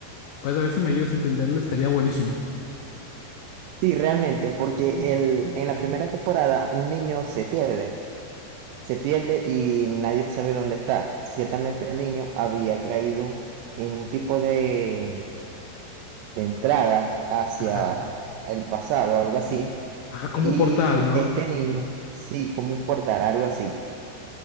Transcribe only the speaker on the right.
Sí, realmente, porque el, en la primera temporada un niño se pierde. Se pierde y nadie sabe dónde está. Ciertamente el niño había caído en un tipo de, de entrada hacia
el pasado, algo así.
Y
este niño, sí, como un portal, algo así.